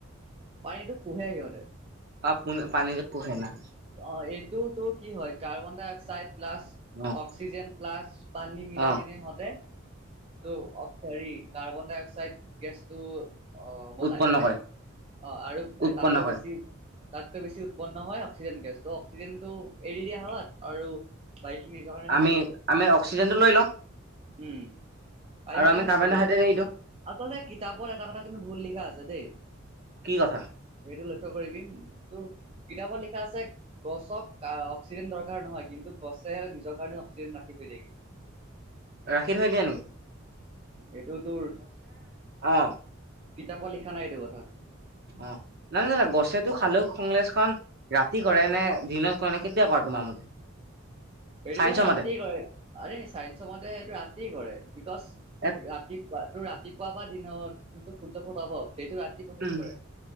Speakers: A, on the right; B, on the right.
A: পানীটো শুহে সিহঁতে এই
B: অ', পানীটো পোহে নাখায়
A: অ', এইটোতো কি হয় কাৰ্বন ডাই অক্সাইড প্লাছ
B: অ',
A: অক্সিজেন প্লাছ পানী মিলাই
B: অ',
A: পিনে সিহঁতে ত' অ', হেৰি কাৰ্বন ডাই অক্সাইড গেছটো অ', বনাই
B: উৎপন্ন
A: হয়নেে
B: কৰে
A: অ', আৰু
B: উৎপন্ন
A: তাতকৈ
B: কৰে।
A: বেছি তাতকৈ বেছি উৎপন্ন হয় অক্সিজেন গেছটো অক্সিজেনটো এৰি দিয়া হ আৰু বাকিখিনি ৰাখি
B: আমি
A: থৈ দে।
B: আমি অক্সিজেনটো লৈ লওঁ।
A: উম পাই
B: আৰু
A: মানে আমি
B: কাৰ্বন
A: চবেই
B: ডাই অক্সাইড এৰি দিওঁ
A: আচলতে কিতাপৰ এটা কথা কিন্তু ভুল লিখা আছে দেই
B: কি কথা
A: এইটো লক্ষ্য কৰিবি, তোক কিতাপত লিখা আছে গছক অক্সিজেন দৰকাৰ নহয় কিন্তু গছে নিজৰ কাৰণে অক্সিজেন ৰাখি থৈ দিয়ে কিন্তু। উ।
B: ৰাখি থৈ দিয়ে নি?
A: এইটো তোৰ
B: অ
A: কিতাপত লিখা নাই এইটো কথা।
B: অ', নাই না গছেতো সালোক সংলেশন ৰাতি কৰে নে দিনত কৰে নে কেতিয়া কৰে? ম মতে
A: এইটোতো
B: চাইন্সৰ
A: ৰাতি
B: মতে
A: কৰে আৰে চাইন্ঞ্চৰ মতে এইটো ৰাতি কৰে বিকজ
B: এ
A: ৰাতিপুৱা তটো ৰাতিপুৱা বা দিনৰত যোনটো ফুল পোহৰ পাব সেইটো ৰাতি প্ৰচেছ
B: উম
A: কৰে।